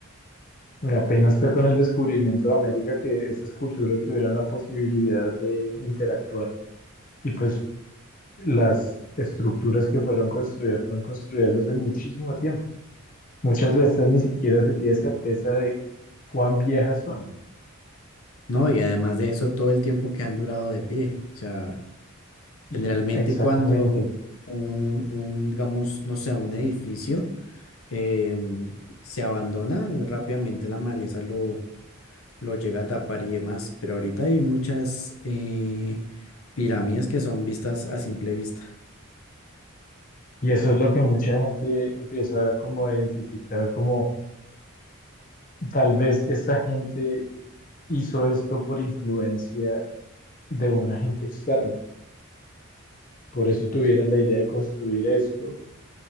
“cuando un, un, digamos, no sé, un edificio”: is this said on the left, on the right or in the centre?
Left